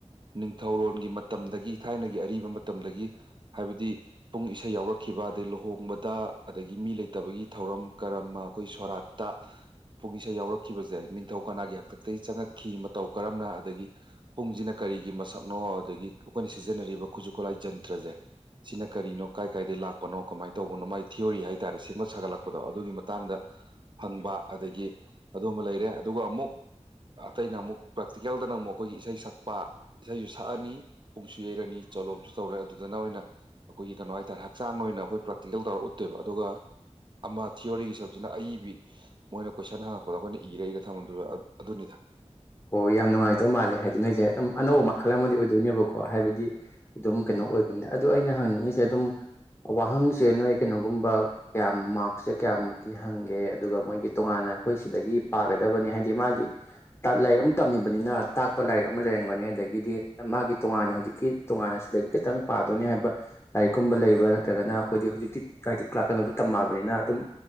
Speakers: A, on the right; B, on the left.
A: ꯅꯤꯡꯊꯧꯔꯣꯟꯒꯤ ꯃꯇꯝꯗꯒꯤ ꯊꯥꯏꯅꯒꯤ ꯑꯔꯤꯕ ꯃꯇꯝꯗꯒꯤ ꯍꯥꯏꯕꯗꯤ ꯄꯨꯡ ꯏꯁꯩ ꯌꯥꯎꯔꯛꯈꯤꯕ ꯑꯗꯩ ꯂꯨꯍꯣꯡꯕꯗ ꯑꯗꯒꯤ ꯃꯤ ꯂꯩꯇꯕꯒꯤ ꯊꯧꯔꯝ ꯀꯔꯃ ꯑꯩꯈꯣꯏ ꯁꯣꯔꯥꯠꯇ ꯄꯨꯡ ꯏꯁꯩ ꯌꯥꯎꯔꯛꯈꯤꯕꯁꯦ ꯅꯤꯡꯊꯧ ꯀꯅꯥꯒꯤ ꯍꯥꯛꯇꯛꯇꯒꯤ ꯆꯪꯉꯛꯈꯤ ꯃꯇꯧ ꯀꯔꯝꯅ ꯑꯗꯒꯤ ꯄꯨꯡꯁꯤꯅ ꯀꯔꯤꯒꯤ ꯃꯁꯛꯅꯣ ꯑꯗꯒꯤ ꯑꯩꯈꯣꯏꯅ ꯁꯤꯖꯤꯟꯅꯔꯤꯕ ꯈꯨꯠꯁꯨ ꯈꯨꯠꯂꯥꯏ ꯖꯟꯇ꯭ꯔꯁꯦ ꯁꯤꯅ ꯀꯔꯤꯅꯣ ꯀꯥꯏ ꯀꯥꯏꯗꯒꯤ ꯂꯥꯛꯄꯅꯣ ꯀꯃꯥꯏꯅ ꯇꯧꯕꯅꯣ ꯃꯥꯒꯤ ꯊꯤꯑꯣꯣꯔꯤ ꯍꯥꯏꯇꯥꯔꯦ ꯁꯦꯝꯒꯠ ꯁꯥꯒꯠꯂꯛꯄꯗꯣ ꯑꯗꯨꯒꯤ ꯃꯇꯥꯡꯗ ꯍꯪꯕ ꯑꯗꯒꯤ ꯑꯗꯨꯝꯕ ꯂꯩꯔꯦ ꯑꯗꯨꯒ ꯑꯃꯨꯛ ꯑꯇꯩꯅ ꯑꯃꯨꯛ ꯄ꯭ꯔꯥꯛꯇꯤꯀꯦꯜꯗ ꯅꯪ ꯑꯃꯨꯛ ꯑꯩꯈꯣꯏꯒꯤ ꯏꯁꯩ ꯁꯛꯄ ꯏꯁꯩꯁꯨ ꯁꯛꯑꯅꯤ ꯄꯨꯡꯁꯨ ꯌꯩꯔꯅꯤ ꯆꯣꯂꯣꯝꯁꯨ ꯇꯧꯔꯅꯤ ꯑꯗꯨꯗꯅ ꯑꯣꯏꯅ ꯑꯩꯈꯣꯏꯒꯤ ꯀꯩꯅꯣ ꯍꯥꯏꯇꯥꯥꯔꯦ ꯍꯛꯆꯥꯡ ꯑꯣꯏꯅ ꯑꯩꯈꯣꯏ ꯄ꯭ꯔꯥꯛꯇꯤꯀꯦꯜ ꯇꯧꯔ ꯎꯠꯇꯣꯏꯕ ꯑꯗꯨꯒ ꯑꯃ ꯊꯤꯑꯣꯣꯔꯤꯒꯤ ꯁꯔꯨꯛꯁꯤꯅ ꯑꯏꯕꯤ ꯃꯣꯏꯅ ꯀꯣꯏꯁꯟ ꯍꯪꯉꯛꯄꯗ ꯑꯩꯈꯣꯏꯅ ꯏꯔ ꯏꯔ ꯊꯝꯃꯝꯗꯣꯏꯕ ꯑꯗꯨꯅꯤꯗ
B: ꯑꯣ ꯌꯥꯝ ꯅꯨꯡꯉꯥꯏꯗꯧ ꯃꯥꯜꯂꯦ ꯍꯥꯏꯗꯤ ꯅꯣꯏꯁꯦꯦ ꯑꯗꯨꯝ ꯑꯅꯧꯕ ꯃꯈꯜ ꯑꯃꯗꯤ ꯑꯣꯏꯗꯣꯏꯅꯦꯕꯀꯣ ꯍꯥꯏꯕꯗꯤ ꯑꯗꯨꯝ
A: ꯎꯝ
B: ꯀꯩꯅꯣ ꯑꯣꯏꯕꯅꯤ ꯑꯗꯨ ꯑꯩꯅ ꯍꯪꯉ ꯉꯤꯁꯦ ꯑꯗꯨꯝ ꯋꯥꯍꯪꯁꯦ ꯅꯣꯏ ꯀꯩꯅꯣꯒꯨꯝꯕ ꯀꯌꯥꯝ ꯃꯔꯛꯁꯦ ꯀꯌꯥꯃꯨꯛꯀꯤ ꯍꯪꯒꯦ ꯑꯗꯨꯒ ꯃꯣꯏꯒꯤ ꯇꯣꯉꯥꯟꯅ ꯑꯩꯈꯣꯏ ꯁꯤꯗꯒꯤ ꯄꯥꯒꯗꯕꯅꯤ ꯍꯥꯏꯗꯤ ꯃꯥꯒꯤ ꯂꯥꯏꯔꯤꯛ ꯑꯃ ꯇꯝꯃꯤꯕꯅꯤꯅ ꯇꯥꯛꯄ ꯂꯥꯏꯔꯤꯛ ꯑꯃ ꯂꯩꯔꯝꯒꯅꯤ ꯑꯗꯒꯤꯗꯤ ꯃꯥꯒꯤ ꯇꯣꯉꯥꯟꯅ ꯍꯧꯖꯤꯛꯀꯤ ꯇꯣꯉꯥꯟꯅ ꯁꯤꯗꯒꯤ ꯈꯤꯇꯪ ꯄꯥꯗꯣꯏꯅꯤ ꯍꯥꯏꯕ ꯂꯥꯏꯔꯤꯛ ꯀꯨꯝꯕ ꯂꯩꯕ꯭ꯔꯥ ꯅꯠꯇ꯭ꯔꯒꯅ ꯑꯩꯈꯣꯏꯗꯤ ꯍꯧꯖꯤꯛꯇꯤ ꯍꯥꯏꯗꯤ ꯀ꯭ꯂꯥꯛꯀꯩꯅꯣꯗ ꯇꯝꯃꯛꯑꯕꯅꯤꯅ ꯑꯗꯨꯝ